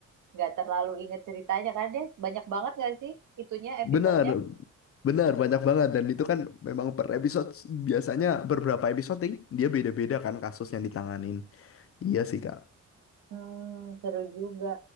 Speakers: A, on the right; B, on the left.
A: nggak terlalu inget ceritanya karena dia banyak banget nggak sih itunya episodenya.
B: Benar, benar banyak banget dan itu kan memang per episode biasanya beberapa episode ting, dia beda-beda kan kasus yang ditanganin. Iya sih Kak.
A: Hmm, seru juga.